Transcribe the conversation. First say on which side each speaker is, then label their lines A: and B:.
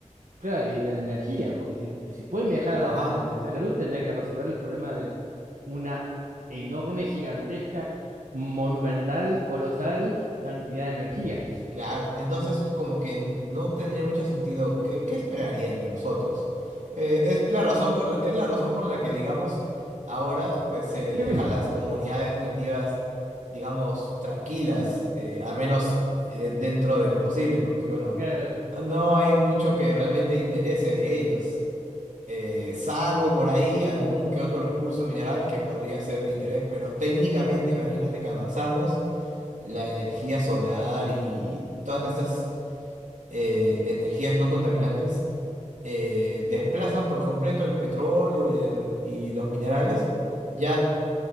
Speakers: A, on the right; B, on the right.
A: claro, y de la energía, porque si, si pueden viajar
B: Ajá.
A: a la, a la velocidad de la luz, tendrían que resolver el problema de una enorme, gigantesca, monumental, colosal cantidad de energía.
B: Claro, entonces como que no tendría mucho sentido. ¿Qué, qué esperarían de nosotros? Eh, es la razón por la, es la razón por la que, digamos, ahora pues se les
A: Qué
B: deja
A: bu-
B: a las comunidades nativas, digamos, tranquilas, eh, al menos eh, dentro de lo posible, porque bueno,
A: <laughs> claro.
B: no hay mucho que realmente interese de ellos, eh, salvo por ahí algún que otro recurso mineral que podría ser de interés, pero técnicamente imagínate que avanzamos la energía solar y todas estas eh, energías no contaminantes eh, desplazan por completo el petróleo y, y los minerales, ya